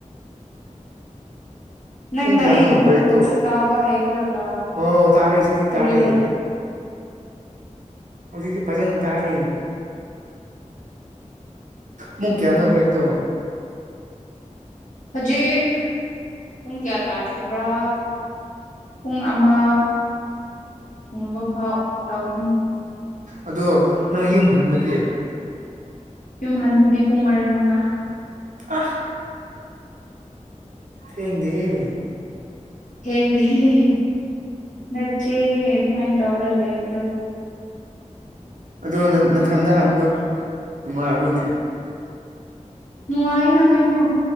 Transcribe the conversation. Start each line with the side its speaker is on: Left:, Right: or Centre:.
Left: ꯅꯪꯅ
Right: ꯄꯨꯡ ꯀꯌꯥꯅꯣ
Left: ꯑꯩꯒꯤ
Right: ꯕ꯭ꯔꯦꯛꯇꯣ
Left: ꯃꯈꯣꯟꯁꯨ ꯇꯥꯕ ꯍꯩꯇ꯭ꯔꯒ
Right: ꯑꯣ ꯇꯥꯔꯦ ꯍꯧꯖꯤꯛꯇꯤ
Left: ꯀꯔꯤ
Right: ꯇꯥꯔꯦ
Left: ꯋꯥꯔꯤ
Right: ꯍꯧꯖꯤꯛꯇꯤ ꯐꯖꯅ ꯇꯥꯔꯦ ꯃꯨ
Left: ꯎꯝ
Right: ꯀꯌꯥꯅꯣ ꯕ꯭ꯔꯦꯛ ꯇꯧ
Left: ꯍꯧꯖꯤꯦ ꯄꯨꯡ ꯀꯌꯥ ꯇꯥꯈꯕ꯭ꯔꯥ ꯄꯨꯡ ꯑꯃ ꯌꯦꯡꯕ ꯐꯥꯎ ꯇꯧꯗꯣꯏꯅꯦ
Right: ꯑꯗꯣ ꯅꯪ ꯌꯨꯝ ꯍꯟꯕꯗꯤ
Left: ꯌꯨꯝ ꯍꯕꯗꯤ ꯄꯨꯡ ꯃꯔꯤ ꯃꯉꯥ
Right: ꯑꯍ ꯊꯦꯡꯗꯦꯍꯦ
Left: ꯊꯦꯡꯗꯦꯍꯦ ꯅꯠꯆꯦꯅꯦ ꯑꯗꯨꯃꯥꯏꯅ ꯇꯧꯔ ꯂꯩꯕꯗꯣ
Right: ꯑꯗꯣ ꯅꯊꯟꯗ ꯍꯟꯕ ꯅꯨꯡꯉꯥꯏꯕ꯭ꯔꯅꯦ
Left: ꯅꯨꯡꯉꯥꯏꯅ ꯀꯩꯅꯣ